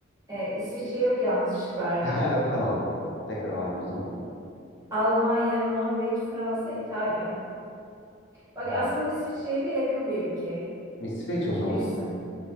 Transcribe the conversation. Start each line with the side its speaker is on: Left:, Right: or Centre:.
Right: E, İsviçre yok yalnız şıklarda.
Left: <laughs> Tamam. Tekrar alayım o zaman.
Right: Almanya, Norveç, Fransa, İtalya. Bak
Left: Ee,
Right: aslında İsviçre'ye de yakın bir ülke.
Left: İsveç o
Right: Bilirsin.
Left: zaman ya.